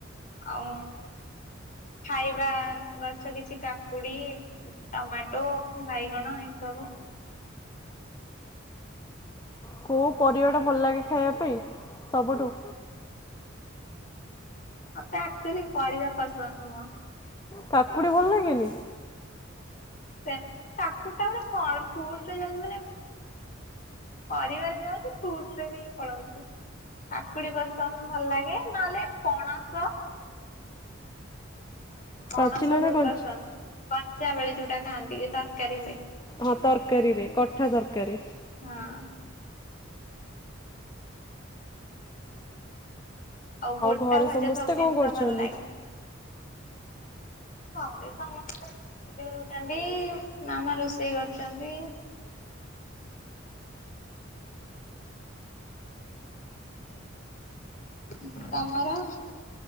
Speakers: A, on the left; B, on the left.
A: ଆଉ ଖାଇବା ଗଛ କିଛି, କାକୁୁଡି ଟମାଟୋ, ବାଇଗଣ ଏସବୁ।
B: କୋଉ ପରିବାଟା ଭଲ ଲାଗେ ଖାଇବା ପାଇଁ ସବୁଠୁ?
A: ମତେ ଆକ୍ଚୁଆଲି ପରିବା ପସନ୍ଦ ନୁହଁ।
B: କାକୁଡି ଭଲ ଲାଗେନି?
A: ସେ କାକୁଡିଟା ଗୋଟେ ଫଳ <unintelligible> ମାନେ ପରିବାରେ ଯାଉଛି, ଫ୍ରୁଟ୍ସରେ ବି ପଳଉଚି। କାକୁଡି ପସନ୍ଦ ଭଲ ଲାଗେ, ନହେଲେ ପଣସ ପଣସ
B: ପାଚିଲା
A: ବହୁତ୍
B: ନା କଞ୍ଚା
A: ପସନ୍ଦ, କଞ୍ଚା ବେଳେ ଯୋଉଟା ଖାଆନ୍ତି ତରକାରୀ ହୁଏ।
B: ହଁ ତରକାରୀରେ, କଠା ତରକାରୀ।
A: ହଁ ଆଉ ଗୋଟା
B: ଘରେ
A: ଭଜା
B: ସମସ୍ତେ
A: ସବୁ ଜିନିଷ
B: କଣ କରୁଛନ୍ତି?
A: ଭଲ ଲାଗେ। ଘରେ ସମସ୍ତେ ବୁଲୁଛନ୍ତି, ମାମା ରୋଷେଇ କରୁଛନ୍ତି। ହୁଁ ତମର?